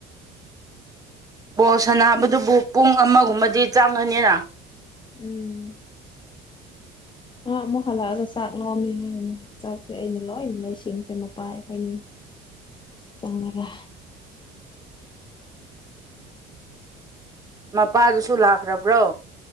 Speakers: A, on the right; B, on the left.
A: ꯕꯣ ꯁꯅꯥꯕꯗꯨꯕꯨ ꯄꯨꯡ ꯑꯃꯒꯨꯝꯕꯗꯤ ꯆꯪꯉꯅꯤꯅ
B: ꯎꯝ ꯑꯃꯨꯛ ꯍꯂꯒ ꯆꯥꯛ ꯂꯃꯤ ꯍ ꯆꯥꯛꯁꯦ ꯑꯩꯅ ꯂꯣꯏꯅ ꯂꯣꯏꯁꯤꯟꯈꯔ꯭ꯦ ꯃꯄꯥ ꯑꯩꯈꯣꯏꯅꯤ ꯆꯪꯉꯒ
A: ꯃꯄꯥꯗꯨꯁꯨ ꯂꯥꯛꯈ꯭ꯔꯕ꯭ꯔꯣ